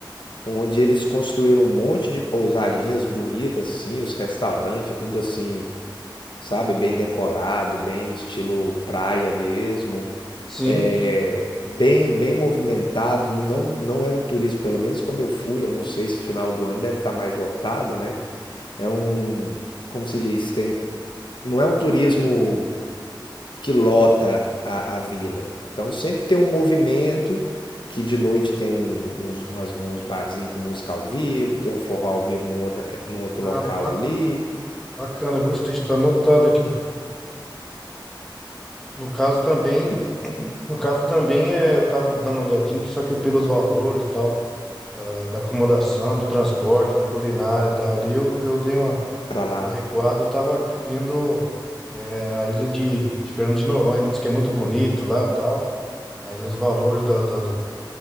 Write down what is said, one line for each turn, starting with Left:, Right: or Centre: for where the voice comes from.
Left: onde eles construíram um monte de pousadinhas bonitas, assim, os restaurantes, tudo assim, sabe, bem decorado, bem estilo praia mesmo.
Centre: sim.
Left: É bem, bem movimentado, não, não é um turismo, pelo menos quando eu fui, eu não sei se final do ano deve estar mais lotado, né? É um, como se diz, tem, não é um turismo que lota a, a vila. Então sempre tem um movimento que de noite tem um- uns, umas, uns barzinhos com música ao vivo, tem um forró ao vivo num, outra, ca- num outro local
Centre: Ah, ba-
Left: ali
Centre: bacana, gostei de estar anotado aqui. No caso também,
Left: e
Centre: no caso também é, eu tava dando uma olhadinha, que só que pelos valores e tal, ah, da acomodação, do transporte, da culinária e tal ali, eu, eu dei uma,
Left: pra lá.
Centre: uma recuada, eu tava vendo é, a ilha de, de Fernando de Noronha, né? diz que é muito bonito lá e tal, mas os valores da, da-